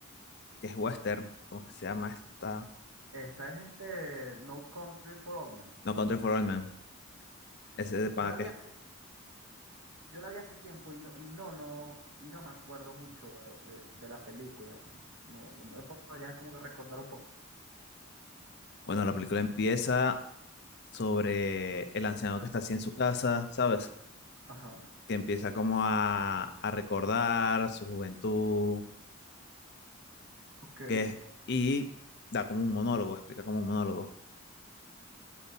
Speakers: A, on the left; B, on the right.
A: que es western, ¿cómo es que se llama esta?
B: Esa es este No Country for Old Men.
A: No Country for Old Men, ese de pana
B: Yo la
A: que.
B: vi hace, yo la vi hace tiempo y no, y no, no, y no me acuerdo mucho de, de- de la película, chamo. No, no me podrías como que recordar un poco.
A: Bueno, la película empieza sobre el anciano que está así en su casa, ¿sabes?
B: Ajá.
A: Que empieza como a, a recordar su juventud,
B: Ok, Es-
A: que es, y da como un monólogo, explica como un monólogo.